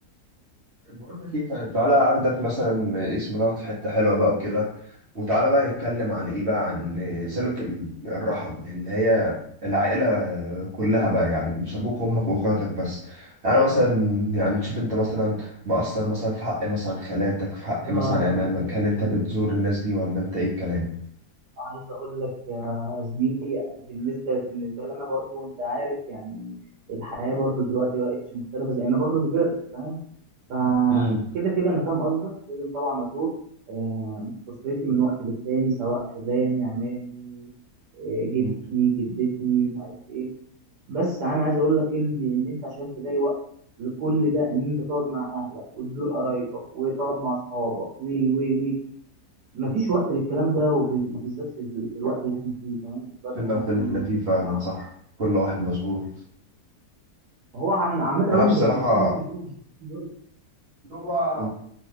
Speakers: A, on the right (about 50°); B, on the right (about 80°).
A: بقول لك ايه طيب تعالى اخدك مثلا اسم دوت في حته حلوه بقى وكده وتعالى بقى نتكلم عن ايه بقى عن صله ال- الرحم اللي هي العائله كلها بقى يعني مش ابوك وامك واخواتك بس انا مثلا يعني تشوف انت مثلا مقصر مثلا في حق مثلا خالاتك في حق
B: ده
A: مثلا عمامك
B: ده
A: هل انت
B: كتير
A: بتزور الناس دي ولا انت ايه الكلام
B: عايز اقول لك يا زميلي بالنسبه بالنسبه لنا برضو انت عارف يعني الحياه برضو دلوقتي بقتش مختلفه زي انا برضو كبرت فاهم فكده
A: امم
B: كده انا فاهم قصدك لازم طبعا ازور آه، اسرتي من وقت للتاني سواء خلاني عمامي آه، جدي
A: أمم.
B: جدتي مش عارف ايه بس انا عايز اقول لك ان ان انت عشان تلاقي وقت لكل ده ان انت تقعد مع اهلك وتزور قرايبك وتقعد مع اصحابك وي وي وي مفيش وقت للكلام ده وب- وبالذات في ال- في الوقت اللي احنا فيه فاهم الوقت
A: في
B: اللي
A: الوقت
B: احنا
A: اللي
B: فيه
A: احنا فيه فعلا
B: صعب.
A: صح كل واحد مشغول
B: هو عم- عامة هم
A: انا بصراحه
B: ذات نفسهم ممكن يكونوا مش فاهمين برضه
A: هو